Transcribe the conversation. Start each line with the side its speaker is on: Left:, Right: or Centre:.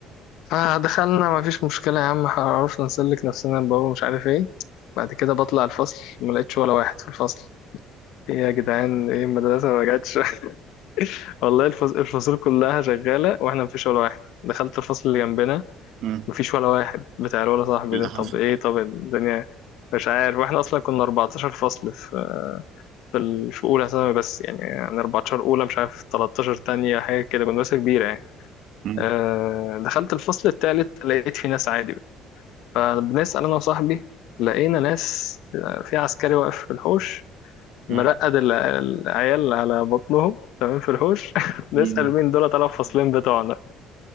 Left: فدخلنا مفيش مشكلة يا عم عرفنا نسلك نفسنا الباب مش عارف ايه بعد كده بطلع الفصل ما لقيتش ولا واحد في الفصل ايه يا جدعان ايه المدرسة ما جاتش <laughs> والله الفص- الفصول كلها شغالة واحنا مفيش ولا واحد دخلت الفصل اللي جنبنا
Right: مم.
Left: مفيش ولا واحد بتاع ولا صاحبي
Right: اللي
Left: ده طب
Right: حصل
Left: ايه طب الدنيا مش عارف واحنا اصلا كنا 14 فصل في في ال- في اولى ثانوي بس يعني يعني 14 اولى مش عارف 13 تانية حاجة كده كنا مدرسة كبيرة يعني
Right: مم.
Left: أه دخلت الفصل التالت لقيت في ناس عادي فبنسأل أنا وصاحبي لقينا ناس آه، في عسكري واقف في الحوش مرقد
Right: مم.
Left: ال- العيال على بطنهم تمام في الحوش <laughs> نسأل
Right: مم.
Left: مين دول طلع الفصلين بتوعنا